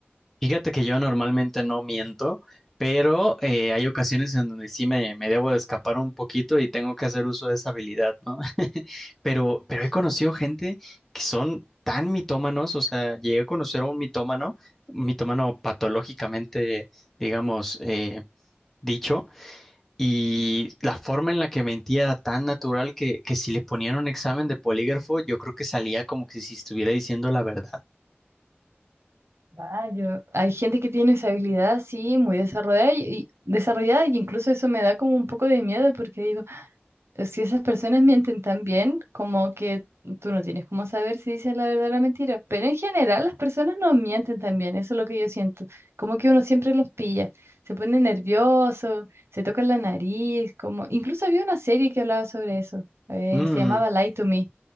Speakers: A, in the centre; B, on the right.
A: Fíjate que yo normalmente no miento, pero eh, hay ocasiones en donde sí me, me debo de escapar un poquito y tengo que hacer uso de esa habilidad, ¿no? <laughs> Pero, pero
B: Sí.
A: he conocido gente que son tan mitómanos, o sea, llegué a conocer a un mitómano, un mitómano patológicamente, digamos, eh, dicho, y la forma en la que mentía era tan natural que, que si le ponían un examen de polígrafo, yo creo que salía como que si estuviera diciendo la verdad.
B: Ah, yo- hay gente que tiene esa habilidad, sí, muy desarrollada y, y- desarrollada y incluso eso me da como un poco de miedo porque digo, pues, si esas personas mienten tan bien, como que tú no tienes cómo saber si dicen la verdad o la mentira. Pero en general las personas no mienten tan bien, eso es lo que yo siento. Como que uno siempre los pilla, se pone nervioso, se toca la nariz, como incluso había una serie que hablaba sobre eso, eh,
A: Mm.
B: se llamaba Lie to Me.